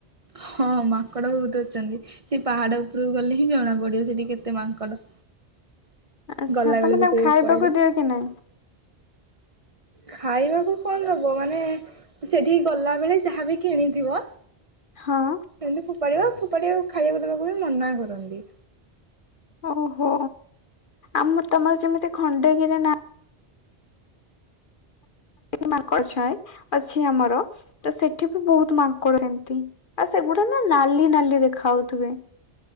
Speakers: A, on the right; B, on the left.
A: ହଁ ମାଙ୍କଡ ବହୁତ୍ ଅଛନ୍ତି। ସେ ପାହାଡ ଉପରୁକୁ ଗଲେ ହିଁ ଜଣା ପଡିବ ସେଠି କେତେ ମାଙ୍କଡ।
B: ଆଚ୍ଛା
A: ଗଲା ବେଳକୁ
B: ତମେ ତାଙ୍କୁ
A: ସେଇ
B: ଖାୟାପିଆକୁ
A: ଉପରକୁ
B: ଦିଅ କି ନାଇଁ?
A: ଖାଇବାକୁ କଣ ଦବ ମାନେ? ସେଠିକି ଗଲା ବେଳେ ଯାହାବି କିଣିଥିବ।
B: ହଁ।
A: ସେମତି ଫୋପାଡିବ ଫୋପାଡିଆକୁ ଖାଇବାକୁ ଦେବାକୁ ବି ମନା କରନ୍ତି।
B: ଓହୋ ଆମର ତମର ଯେମିତି ଖଣ୍ଡଗିରି ନା ମାଙ୍କଡ ଛାଏ ଅଛି ଆମର ତ ସେଠି ବି ବହୁତ ମାଙ୍କଡ ସେମତି। ଆଉ ସେଗୁଡା ନା ଲାଲି ନାଲି ଦେଖାହଉଥୁବେ।